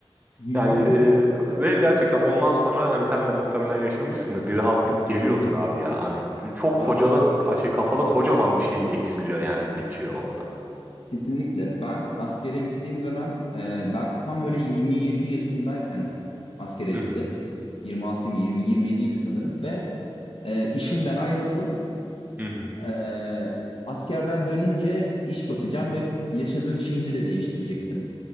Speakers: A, on the left; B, on the right.
A: <laughs>
B: Yani e, ve gerçekten ondan sonra hani sen de muhtemelen yaşamışsındır. Bir rahatlık geliyordur abi ya. Hani çok
A: Abi,
B: kocada şey kafada kocaman bir şey eksiliyor yani bitiyor orada.
A: Kesinlikle. Ben askere gittiğim dönem e, ben tam böyle 27 yaşındayken askere gittim.
B: Hı hı
A: 26 mı 20 27 idi sanırım ve e, işimden ayrıldım.
B: hı
A: E, askerden dönünce iş bakacağım ve yaşadığım şehri de değiştirecektim